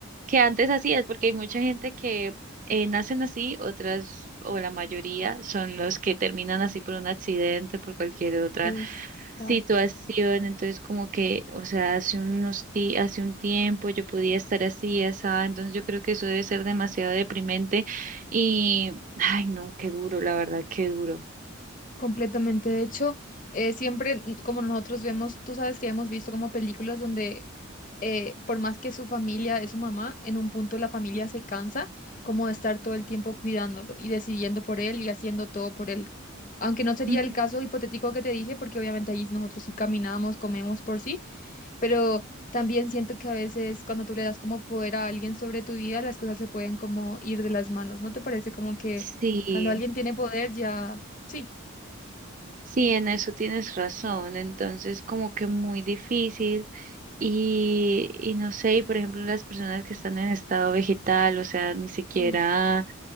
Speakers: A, on the right; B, on the left.
A: que antes hacías, porque hay mucha gente que eh, nacen así, otras o la mayoría son los que terminan así por un accidente, por cualquier otra
B: exacto
A: situación, entonces como que, o sea, hace unos ti- hace un tiempo yo podía estar así, asá, entonces yo creo que eso debe ser demasiado deprimente y, ay, no, qué duro, la verdad, qué duro.
B: Completamente. De hecho, eh, siempre, mm, como nosotros vemos, tú sabes que hemos visto como películas donde, eh, por más que su familia es su mamá, en un punto la familia se cansa como de estar todo el tiempo cuidándolo y decidiendo por él y haciendo todo por él. Aunque no sería
A: Ujú.
B: el caso hipotético que te dije, porque obviamente ahí nosotros sí caminamos, comemos por sí, pero también siento que a veces cuando tú le das como poder a alguien sobre tu vida, las cosas se pueden como ir de las manos. ¿No te parece como que
A: Sí,
B: cuando alguien tiene poder ya... sí
A: sí, en eso tienes razón, entonces como que muy difícil y, y no sé, y por ejemplo las personas que están en estado vegetal, o sea, ni siquiera
B: Uf,